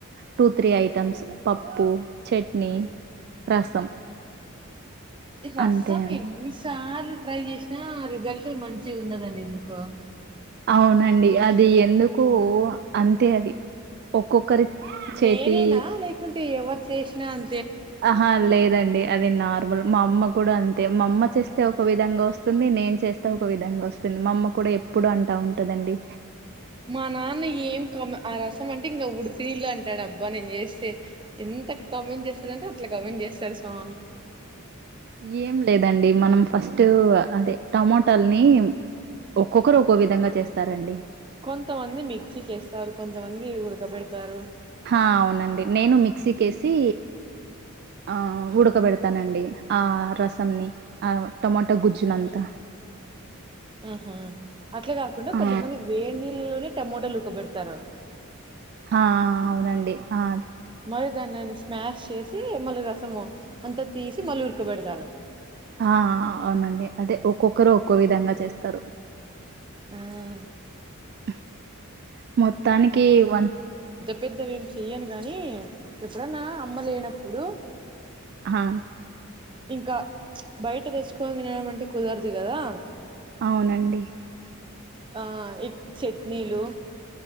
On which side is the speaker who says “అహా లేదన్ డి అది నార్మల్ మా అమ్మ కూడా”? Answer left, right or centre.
Right